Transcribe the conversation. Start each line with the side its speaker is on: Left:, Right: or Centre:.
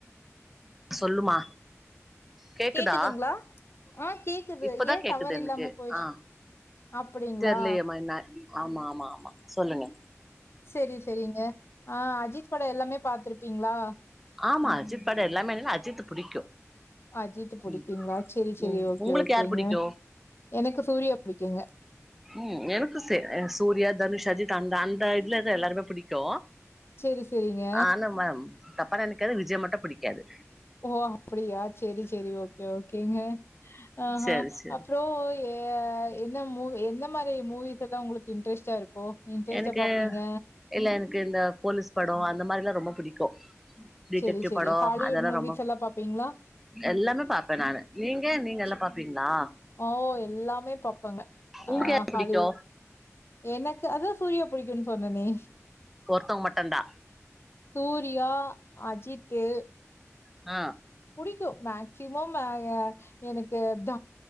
Centre: சொல்லுமா கேக்குதா
Left: கேக்குதுங்களா ஆ கேக்குது
Centre: இப்பதா
Left: ஏ
Centre: கேக்குது
Left: டவர்
Centre: எனக்கு
Left: இல்லாம போயிடுச்சு
Centre: ஆ
Left: அப்டிங்களா
Centre: தெர்லையம்மா என்ன ஆமா ஆமா ஆமா சொல்லுங்க
Left: செரி செரிங்க ஆ அஜித் பட எல்லாமே பாத்துருப்பீங்ளா
Centre: ஆமா அஜித் பட எல்லாமே இல்ல அஜித் புடிக்கு
Left: அஜித் புடிக்குங்ளா
Centre: ம்
Left: செரி செரி
Centre: ம்
Left: ஓகே
Centre: உங்களுக்கு
Left: ஓகேங்க
Centre: யார் புடிக்கு
Left: எனக்கு சூர்யா புடிக்குங்க
Centre: ம் எனக்கு சே சூர்யா தனுஷ் அஜித் அந்த அந்த இதுல எ எல்லாருமே புடிக்கு
Left: செரி செரிங்க
Centre: ஆனா மேம் தப்பா நெனைக்காத விஜய் மட்டு பிடிக்காது
Left: ஓ அப்டியா செரி செரி ஓகே ஓகேங்க ஆஹ
Centre: சரி சரி
Left: அப்பறோ எ என்ன மூவ் என்ன எந்த மாரி மூவிஸ் எல்லா உங்களுக்கு இன்ட்ரஸ்டா இருக்கு இன்ட்ரஸ்டா
Centre: எனக்கு
Left: பாப்பீங்க
Centre: இல்ல எனக்கு இந்த போலீஸ் படோ அந்த மாரியெல்லா ரொம்ப புடிக்கு டிடெக்டிவ்
Left: சரி, சரி.
Centre: படோ
Left: ஹாலிவுட்
Centre: அதெல்லா
Left: மூவிஸ்
Centre: ரொம்ப
Left: எல்லாம் பார்ப்பீங்களா?
Centre: எல்லாமே பாப்பே நானு நீங்க நீங்க எல்லா
Left: ச
Centre: பாப்பீங்ளா
Left: ஓ! எல்லாமே பார்ப்பங்க.
Centre: உங்ளுக்கு
Left: ஆ
Centre: யார
Left: ஹாலிவுட்
Centre: புடிக்கு
Left: எனக்கு அதா சூர்யா புடிக்குன்னு சொன்னனே
Centre: ஒருத்தவங்க மட்டுந்தா
Left: சூர்யா அஜித்து
Centre: ஆ
Left: புடிக்கு மேக்சிமம் ஆ எனக்கு த